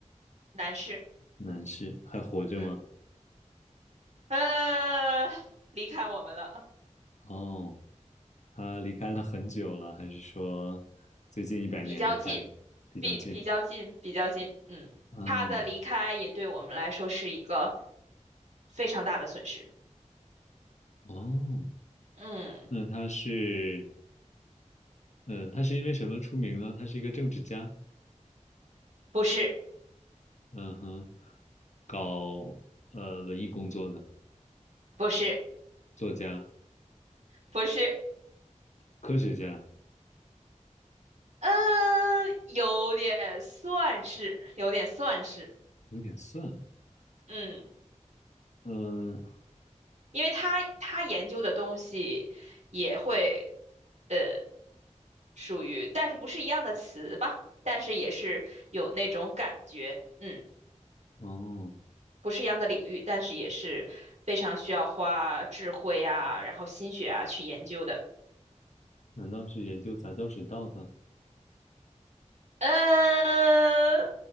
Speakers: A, on the right; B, on the left.
A: 男士，
B: 男士还活着吗？
A: 嗯，呃，离开我们了，
B: 哦，他离开了很久了，还是说最近一百年离开了，
A: 比较近，
B: 比较近？
A: 比比较近，比较近。嗯，
B: 嗯，
A: 他的离开也对我们来说是一个非常大的损失。
B: 哦，
A: 嗯，
B: 那他是，嗯，他是因为什么出名呢？他是一个政治家，
A: 不是，
B: 嗯哼，搞呃文艺工作的
A: 不是，
B: 作家、
A: 不是，
B: 科学家。
A: 呃，有点算是，有点算是。
B: 有点算，
A: 嗯。
B: 嗯，
A: 因为他他研究的东西也会，呃，属于，但是不是一样的词吧，但是也是有那种感觉，嗯，
B: 哦，
A: 不是一样的领域，但是也是非常需要花智慧啊，然后心血啊去研究的。
B: 难道是研究杂交水稻的
A: 嗯，